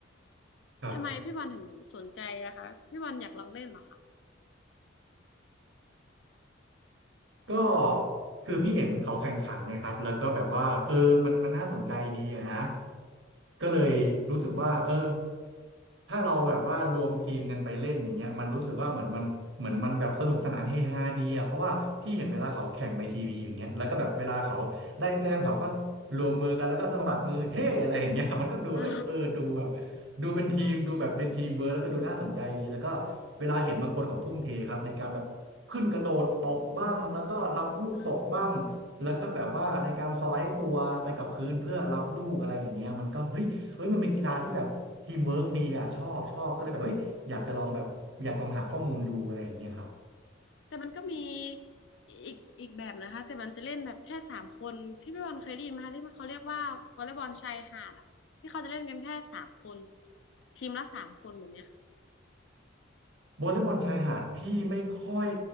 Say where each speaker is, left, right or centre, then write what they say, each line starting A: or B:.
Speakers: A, on the right (about 70°); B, on the left (about 65°).
A: ครับ
B: ทำไมพี่บอลถึงสนใจนะคะพี่บอลอยากลองเล่นเหรอคะ
A: ก็คือพี่เห็นเขาแข่งขันไงครับแล้วก็แบบว่าเออมันมันน่าสนใจดีอะนะก็เลยรู้สึกว่าเออถ้าเราแบบว่ารวมทีมกันไปเล่นอย่างเงี้ยมันรู้สึกว่าเหมือนมันเหมือนมันแบบสนุกสนานเฮฮาดีอะเพราะว่าพี่เห็นเวลาเขาแข่งในทีวีอย่างเงี้ยแล้วก็แบบเวลาเขาได้แต้มเขาก็รวมมือกันแล้วก็สะบัดมือเฮ้อะไรอย่างเงี้ยมันก็ดูเอ้ยเออดูแบบ
B: อ่า
A: ดูเป็นทีมดูแบบเป็นทีมเวิร์กแล้วก็ดูน่าสนใจดีแล้วก็
B: <laughs> ใช่
A: เวลาเห็นบางคนเขาทุ่มเทครับในการแบบ ขึ้นกระโดดตบบ้างแล้วก็รับลูกตกบ้างแล้วก็แบบว่าในการสไลด์ตัวไปกับพื้นเพื่อรับลูกอะไรอย่างเงี้ยมันก็เฮ้ยเฮ้ยมันเป็นกีฬาที่แบบทีมเวิร์กดีอ่ะชอบชอบก็เลยแบบเฮ้ยอยากจะลองแบบอยากลองหาข้อมูลดูอะไรอย่างเงี้ยครับ
B: อ่าแต่มันก็มีอีกอีกแบบนะคะแต่มันจะเล่นแบบแค่สามคนที่พี่บอลเคยได้ยินไหมคะที่มันเขาเรียกว่าวอลเลย์บอลชายหาดอะค่ะที่เขาจะเล่นกันแค่สามคนทีมละสามคนแบบเนี้ยค่ะ
A: วอลเลย์บอลชายหาดพี่ไม่ค่อย